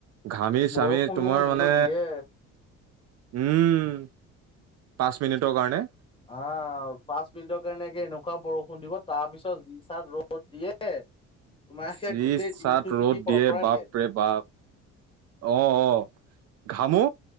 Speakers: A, on the right; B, on the left.
A: ঘামি
B: বৰষুণো
A: চামি তোমাৰ
B: যিটো
A: মানে
B: দিয়ে
A: উম পাঁচ মিনিটৰ কাৰণে
B: আহ পাঁচ মিনিটৰ কাৰণে এনেকুৱা বৰষুণ দিব তাৰ পিছত যি চাত ৰ'দ দিয়ে। তোমোকে
A: যি
B: গোটেই দিনটো
A: চাত
B: পিঠি
A: ৰ'দ
B: পৰপৰাই
A: দিয়ে বাপ
B: থাকে।
A: ৰে বাপ অ অ ঘামো